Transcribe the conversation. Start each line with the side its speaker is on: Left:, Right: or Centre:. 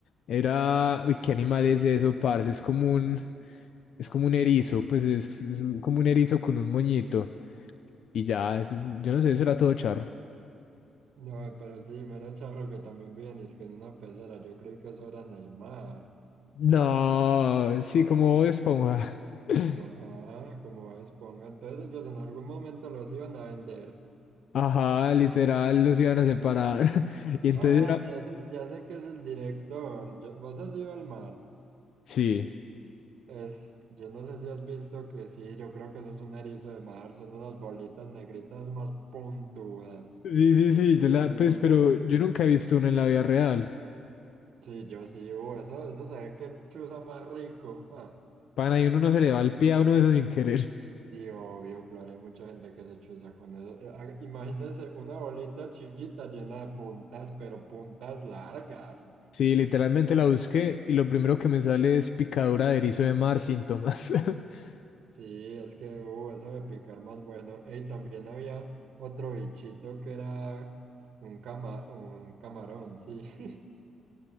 Left: era, uy, ¿qué animal es eso, parce? Es como un, es como un erizo, pues es, es como un erizo con un moñito. Y ya, es- es- yo no sé, eso era todo charro.
Right: No, pero sí, mero charro que también viven, es que en una pecera, yo creí que eso era en el mar.
Left: No, sí, como Bob Esponja. <laughs>
Right: Ajá, como Esponja. Entonces ellos en algún momento los iban a vender.
Left: Ajá, literal, los iban a separar. <laughs> Y entonces
Right: Ah,
Left: era...
Right: ya sé, ya sé que es el director. Yo- ¿vos has ido al mar?
Left: Sí,
Right: Es, yo no sé si has visto que sí, yo creo que eso es un erizo de mar, son unas bolitas negritas más puntudas.
Left: sí, sí,
Right: Yo
Left: sí,
Right: creo
Left: yo
Right: que
Left: la...
Right: es uno
Left: Pues, pero
Right: de esos.
Left: yo nunca he visto uno en la vida real.
Right: Sí, yo sí, uh, eso, eso se ve que chuza más rico. ah.
Left: Pana, y uno no se le va el pie a uno de esos sin querer.
Right: Sí, obvio, claro, hay mucha gente que se chuza con eso. Eh, ah, Imagínense una bolita chiquita llena de puntas, pero puntas largas.
Left: Sí, literalmente la busqué y lo primero que me sale es picadura de erizo de mar, síntomas. <laughs>
Right: Sí, es que uh, eso de picar más bueno. Y también había otro bichito que era un, cama un camarón, sí. <laughs>